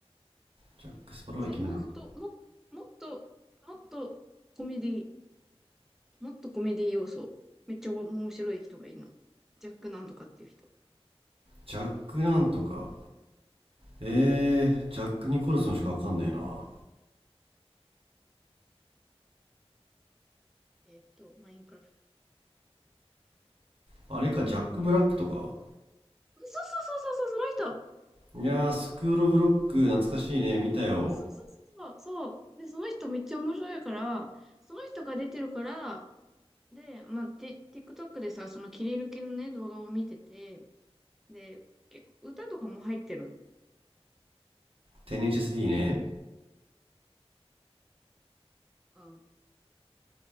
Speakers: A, on the right; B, in the centre.
A: ジャック・スパローはイケメンなのかな。
B: そう、もっと、も、もっと、もっとコメディ、もっとコメディ要素。めっちゃおも面白い人がいるの。ジャックなんとかっていう人。
A: ジャックなんとか。えージャック・ニコルソンしかわかんねえな。
B: えーっと、マインクラフト。
A: あれか、
B: マインクラフ
A: ジャック・ブラックとか。
B: ト。そうそうそうそうそう、その人。
A: いやー、スクール・オブ・ロック懐かしいね。見たよ。
B: あそうそうそうそう。そうで、その人めっちゃ面白いから、その人が出てるから、で、まあ、テ、TikTok でさ、その切り抜きのね、動画を見てて、で、結構歌とかも入ってる。
A: テネシャス D
B: で、
A: ね。
B: うん